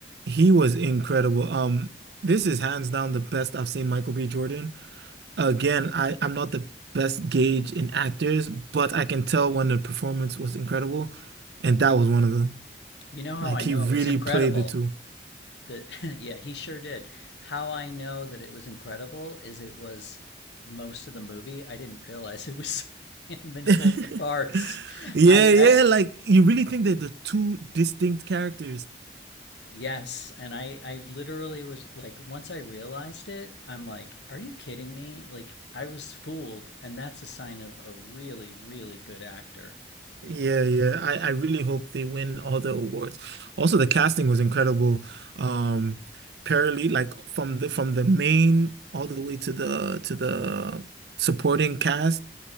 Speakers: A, on the right; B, on the left.
A: He was incredible. Um, this is hands down the best I've seen Michael B. Jordan. Again, I, I'm not the best gauge in actors, but I can tell when the performance was incredible, and that was one of them.
B: You know how
A: Like
B: I
A: he
B: know
A: really
B: it was incredible
A: played the two.
B: That <laughs> yeah, he sure did. How I know that it was incredible is it was most of the movie. I didn't realize it was <laughs> him in
A: <laughs>
B: both the parts.
A: Yeah,
B: I,
A: yeah,
B: I
A: like you really think they're the two distinct characters.
B: yes, and I I literally was like once I realized it, I'm like, are you kidding me? Like I was fooled, and that's a sign of a really really good actor.
A: Yeah, yeah. I, I really hope they win all the awards. Also, the casting was incredible. Um, parallel, like from the from the main all the way to the to the supporting cast.